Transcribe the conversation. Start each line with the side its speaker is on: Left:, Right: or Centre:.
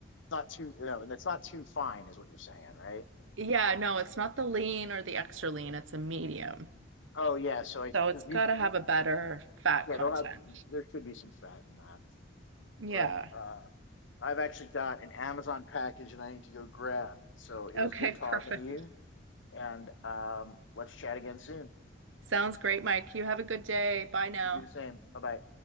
Left: not too you know, and it's not too fine is what you're saying, right?
Right: Yeah, no, it's not the lean or the extra lean, it's a medium.
Left: Oh yeah, so I
Right: So it's
Left: because
Right: got
Left: we
Right: to have a better fat
Left: yeah
Right: content.
Left: they'll have there should be some fat in that,
Right: Yeah.
Left: but um, I've actually got an Amazon package and I need to go grab. So it
Right: Okay,
Left: was good
Right: <laughs>
Left: talking
Right: perfect.
Left: to you, and um, let's chat again soon.
Right: Sounds great, Mike. You have a good day. Bye now.
Left: You do the same. Bye bye.